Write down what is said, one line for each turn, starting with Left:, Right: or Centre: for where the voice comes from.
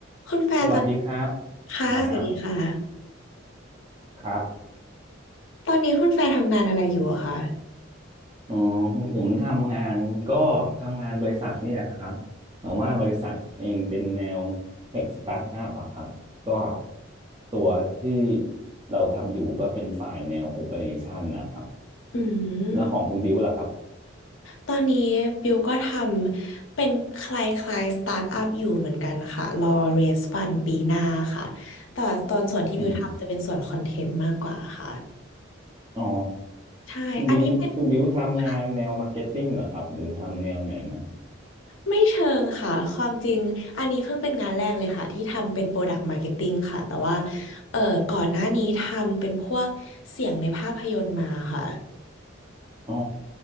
Left: คุณแฟร์ตอน
Right: สวัสดีครับ
Left: ค่ะสวัสดีค่ะ
Right: ครับครับ
Left: ตอนนี้คุณแฟร์ทำงานอะไรอยู่อะคะ
Right: อ๋อผมทำงานก็ทำงานบริษัทนี่แหละครับแต่ว่าบริษัทเองเป็นแนวเทคสตาร์ทอัพอะครับก็ตัวที่เราทำอยู่ก็เป็นฝ่ายแนวโอเปอเรชันนะครับ
Left: อื
Right: แล้วของคุณบิวล่ะครับ
Left: มตอนนี้บิวก็ทำเป็นคล้ายๆสตาร์ทอัพอยู่เหมือนกันค่ะรอเรสฟันปีหน้าค่ะแต่ว่าตอนส่วนที่บิวทำจะเป็นส่วนคอนเทนต์มากกว่าค่ะ
Right: อืมอ๋อ
Left: ใช่อันนี้เป็น
Right: คุณบิวคุณบิวทำงานแนวมาร์เก็ตติ้งเหรอครับหรือทำแนวไหนนะครับ
Left: ค่ะไม่เชิงค่ะความจริงอันนี้เพิ่งเป็นงานแรกเลยค่ะที่ทำเป็น Product Marketing ค่ะแต่ว่าเอ่อก่อนหน้านี้ทำเป็นพวกเสียงในภาพยนตร์มาค่ะ
Right: อ๋อ